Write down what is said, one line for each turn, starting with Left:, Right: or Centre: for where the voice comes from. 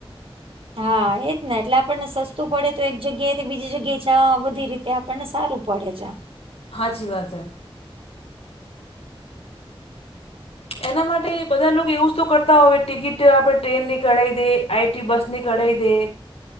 Right: હા એજ ને એટલે આપણને સસ્તું પડે તો એક જગ્યાએથી બીજી જગ્યાએ જ ના બધી રીતે આપણને સારું પડે છે.
Left: હાચી વાત હે. એના માટે બધા લોકો એવું જ તો કરતા હોય ટિકિટ આપણે ટ્રેનની કઢાવી દે આઈ બસની કડાઈ દે.